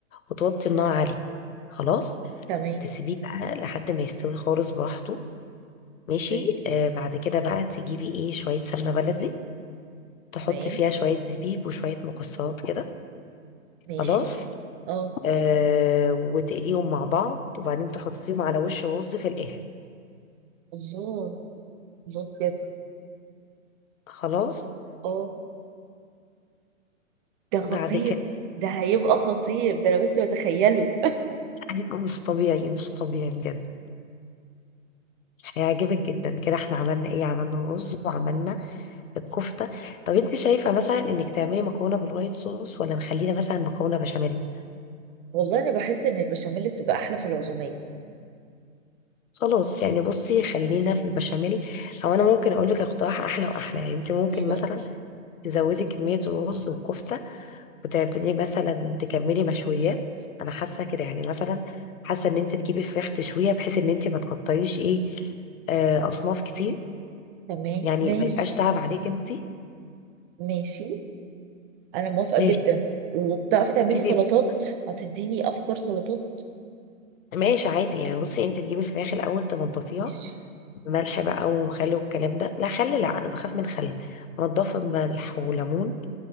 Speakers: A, on the left; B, on the right.
A: وتوطي النار عليه خلاص
B: تمام
A: تسيبيه بقى لحد ما يستوي خالص براحته ماشي
B: اوكي
A: آه بعد كده بقى تجيبي ايه شوية سمنة بلدي تحطي
B: تمام
A: فيها شوية زبيب وشوية مكسرات كده
B: ماشي
A: خلاص
B: اه
A: آه وتقليهم مع بعض وبعدين تحطيهم على وش رز في الآخر
B: الله الله بجد
A: خلاص
B: اه ده خطير
A: بعد كده
B: ده هيبقى خطير ده انا بس بتخيله
A: هيبقى مش طبيعي مش طبيعي بجد هيعجبك جدا كده احنا عملنا ايه عملنا رز وعملنا الكفتة طب انت شايفة مثلا انك تعملي مكرونة بالوايت صوص ولا نخلينا مثلا مكرونة بشاميل
B: والله انا بحس ان البشاميل بتبقى احلى في العزوميه
A: خلاص يعني بصي خلينا في البشاميل او انا ممكن اقول لك اقتراح احلى واحلى يعني انت ممكن
B: ايه بقى
A: مثلا تزودي كمية الرز والكفتة وتعملي مثلا تكملي مشويات انا حاسه كده يعني مثلا حاسه ان انت تجيبي فراخ تشويها بحيث ان انت ما تقطعيش ايه آه، اصناف كتير
B: تمام
A: يعني
B: ماشي
A: ما يبقاش تعب عليك انت
B: ماشي انا موافقه
A: ماشي
B: جدا وبتعرفي تعملي
A: تجيبي
B: سلطات
A: مثلا
B: هتديني افكار سلطات
A: ماشي عادي يعني بصي انت تجيبي الفراخ الاول تنضفيها
B: ماشي
A: بملح بقى وخل والكلام ده لا خل لا انا بخاف من الخل انضفها بملح وليمون